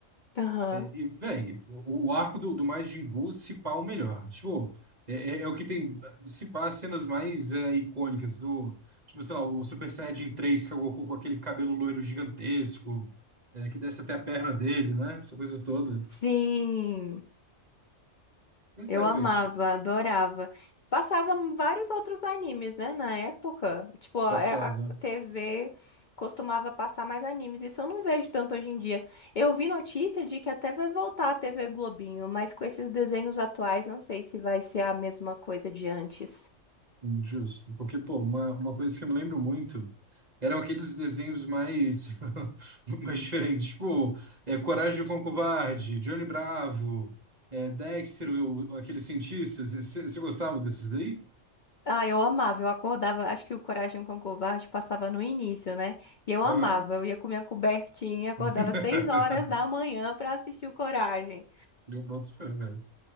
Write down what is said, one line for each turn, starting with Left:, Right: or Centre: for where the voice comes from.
Left: Aham.
Right: E, velho, o o arco do, do Majin Buu, se pá, o melhor. Tipo, é, é- é o que tem, se pá, as cenas mais é, icônicas do, tipo, sei lá, o Super Saiyajin 3 que é o Goku com aquele cabelo loiro gigantesco, é, que desce até a perna dele, né? Essa coisa toda.
Left: Sim.
Right: Mas
Left: Eu
Right: é,
Left: amava,
Right: velho,
Left: adorava. Passava vários outros animes, né, na época. Tipo, a,
Right: passava.
Left: é, a TV costumava passar mais animes. Isso eu não vejo tanto hoje em dia. Eu vi notícia de que até vai voltar a TV Globinho, mas com esses desenhos atuais, não sei se vai ser a mesma coisa de antes.
Right: Justo, porque, pô, uma, uma coisa que eu me lembro muito eram aqueles desenhos mais, <laughs> mais diferentes, tipo, é, Coragem com o Covarde, Johnny Bravo, é, Dexter, o, o- aqueles cientistas. Você você gostava desses daí?
Left: Ah, eu amava, eu acordava, acho que o Coragem com o Covarde passava no início, né? E eu
Right: Aham.
Left: amava, eu ia com minha cobertinha, acordava
Right: <laughs>
Left: seis horas da manhã pra assistir o Coragem.
Right: Eu boto fé, velho.